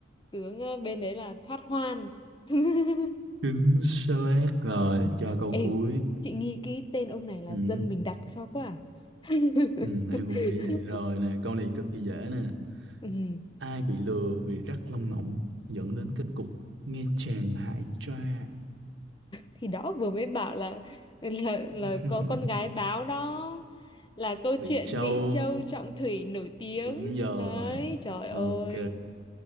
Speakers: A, on the left (about 25°); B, on the right (about 75°).
A: tướng ờ, bên đấy là thoát hoan <laughs>
B: Chính xác rồi, cho câu
A: ê
B: cuối.
A: chị nghi cái tên ông này là
B: Ừ.
A: dân mình đặt cho quá à?
B: Ừ,
A: <laughs>
B: em cũng nghĩ vậy rồi nè, câu này cực kỳ dễ nè.
A: ừ.
B: Ai bị lừa vì rắc lông ngỗng dẫn đến kết cục nghe chàng hại cha.
A: thì đó vừa mới bảo là là
B: <laughs>
A: là có con gái báo đó là câu
B: Vị
A: chuyện
B: Châu,
A: Mỹ Châu Trọng Thủy nổi tiếng
B: đúng rồi.
A: đấy trời ơi
B: Ok,